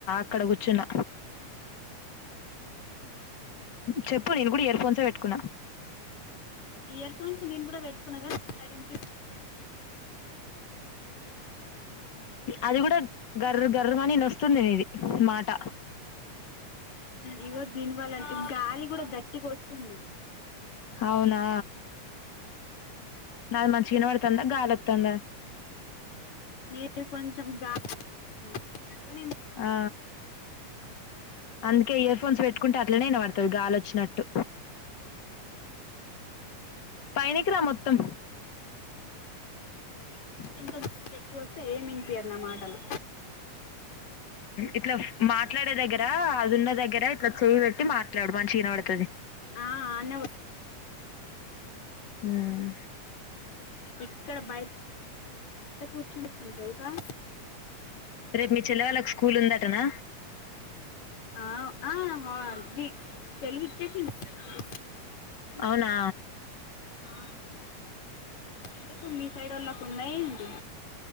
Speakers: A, on the left (about 35°); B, on the left (about 65°).
A: అక్కడ కూర్చున్న చెప్పు నేను కూడా ఇయర్ ఫోన్సే పెట్టుకున్నా
B: ఇయర్ ఫోన్స్ నేను కూడా పెట్టుకున్నా కదా సరిగా విన్
A: అది కూడా గర్ర గర్రమానీ న వస్తుంది నీది మాట
B: ఇగో దీని వాళ్ళే అంతే గాలి కూడా గట్టికి వస్తుంది
A: అవునా నాది మంచి గా వెనపడుతుందా గాలిొస్తుందా
B: మీది కొంచెం గాలి అంటే నేను
A: ఆ అందుకే ఇయర్ఫోన్స్ పెట్టుకుంటే అట్లనే అనా పడుతది గాలిొచ్చినట్టు పైనకి రా మొత్తం <inaudible>
B: ఇంకా ఎక్కువ వస్తే ఏమ్ వినిపయాదు నా మాటలు
A: ఇట్లా మాట్లాడే దగ్గర అదిన్న దగ్గర ఇట్లా చేయ పెట్టి మాట్లాడు మంచిగా వెనపడుతుది
B: ఆ అనే
A: ఉమ్
B: ఇక్కడ బయట్ టే కూర్చోనిస్తుంది తెల్సా
A: రేప్ మీ చెల్లె వాళ్ళక్ స్కూల్ ఉందట్ ట్టనా
B: ఆ ఆ హాల్ దీ సెలవు ఇచ్చేసి <inaudible> గదా
A: అవునా
B: ఆ ఎందుకు మీ సైడోళ్ళక్ ఉన్నాయేంటి